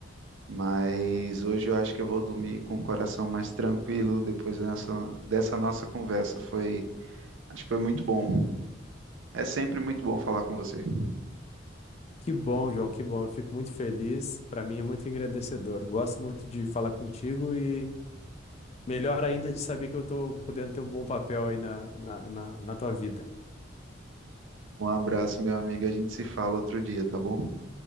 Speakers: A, on the right (about 80°); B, on the left (about 35°).
A: Mas hoje eu acho que eu vou dormir com o coração mais tranquilo depois dessa, dessa nossa conversa. Foi, acho que foi muito bom. É sempre muito bom falar com você.
B: Que bom, João, que bom. Eu fico muito feliz. Para mim é muito engrandecedor. Gosto muito de falar contigo e melhor ainda de saber que eu tô podendo ter um bom papel aí na, na, na, na tua vida.
A: Um abraço, meu amigo. A gente se fala outro dia, tá bom?